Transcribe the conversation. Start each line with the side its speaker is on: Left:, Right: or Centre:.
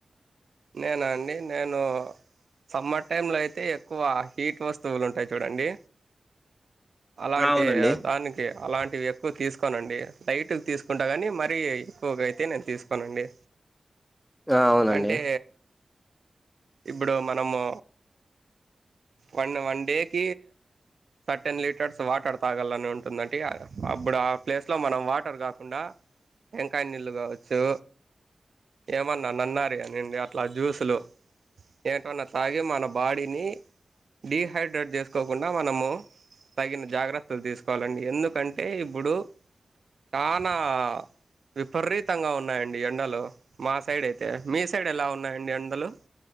Right: నేనా అండి నేను సమ్మట్ టై లో అయితే ఎక్కువ హీట్ వస్తువులు ఉంటాయి చూడండి. అలాంటి
Centre: అవునండి
Right: దానికి అలాంటివి ఎక్కువ తీసుకోనండి. లైట్ తీసుకుంటా కానీ మరీ ఎక్కువగా అయితే నేను తీసుకోనండి.
Centre: ఆ అవునండి
Right: అంటే ఇప్పుడు మనము వన్ వన్ డే క సర్ టెన్ లీటర్స్ వాటర్ తాగాలని ఉంటుందంట అప్పుడు ఆ ప్లేస్ లో మనం వాటర్ కాకుండా వెంకాయ నీళ్ళు కావచ్చు ఏమన్నా అన్న అ అండి అట్లా జ్యూస్లు ఏంటన్నా తాగి మన బాడీని డడిహైడ్రేట్ చేసుకోకుండా. మనము తగిన జాగ్రత్తలు తీసుకోవాలండి. ఎందుకంటే ఇప్పుడు చాలా విపరీతంగా ఉన్నాయండి. ఎండలు మా సైడ్ అయితే మీ స సైడ్ ఎలా ఉన్నాయండి ఎండలు